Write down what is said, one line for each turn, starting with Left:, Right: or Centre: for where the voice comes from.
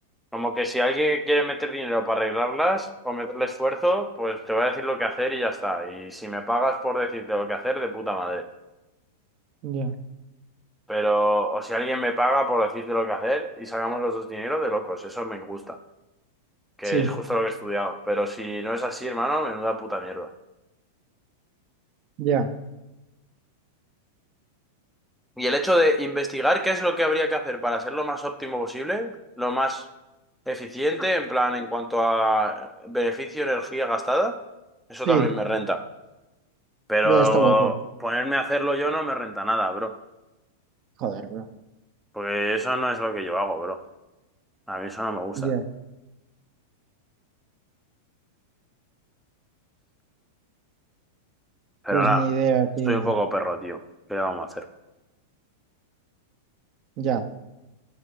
Centre: Como que si alguien quiere meter dinero para arreglarlas o meterle esfuerzo, pues te voy a decir lo que hacer y ya está. Y si me pagas por decirte lo que hacer, de puta madre.
Right: ya,
Centre: Pero, o si alguien me paga por decirte lo que hacer y sacamos los dos dinero de locos, eso me gusta, que
Right: sí,
Centre: es justo lo que he estudiado. Pero si no es así, hermano, menuda puta mierda.
Right: ya,
Centre: Y el hecho de investigar qué es lo que habría que hacer para ser lo más óptimo posible, lo más eficiente, en plan, en cuanto a beneficio, energía gastada, eso
Right: sí,
Centre: también me renta. Pero
Right: ya está guapo.
Centre: ponerme a hacerlo yo no me renta nada, bro.
Right: Joder, bro.
Centre: Porque eso no es lo que yo hago, bro. A mí eso no me gusta.
Right: Ya,
Centre: Pero
Right: pues
Centre: nada,
Right: ni idea, tío.
Centre: soy un poco perro, tío. ¿Qué le vamos a hacer?
Right: Ya,